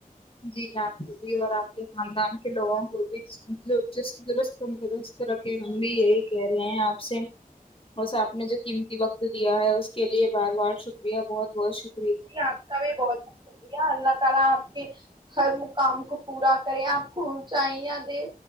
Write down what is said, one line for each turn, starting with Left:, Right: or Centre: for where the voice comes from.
Left: جی آپ کو بھی اور آپ کے خاندان کے لوگوں کو بھی درست تندرست رکھے ہم بھی یہی کہہ رہے ہیں آپ سے بس آپ نے ج قیمتی وقت دیا ہے اس کے لیے بار بار شکریہ بہت بہت شریہ
Right: جی آپ کا بھی بہت بت شکریہ اللہ تعالی آپ کہ ہر مقام کو <unintelligible> پورا کریں آپ کو اونچائیا دے